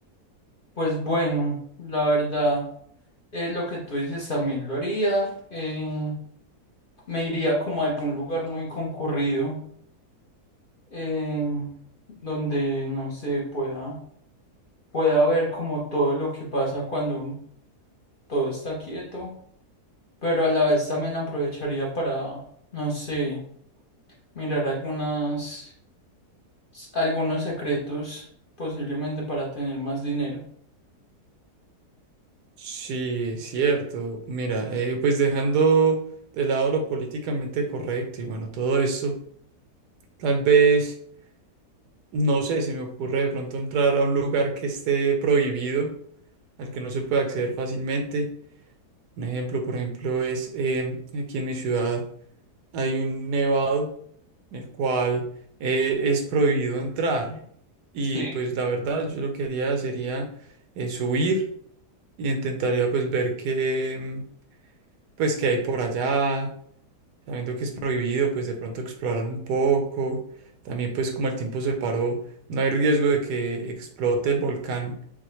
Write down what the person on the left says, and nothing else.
pues bueno, la verdad, es lo que tú dices también lo haría. Eh, me iría como a algún lugar muy concurrido, eh, donde no se pueda pueda ver como todo lo que pasa cuando todo está quieto, pero a la vez también aprovecharía para, no sé, mirar algunas, algunos secretos, posiblemente para tener más dinero.
Sí.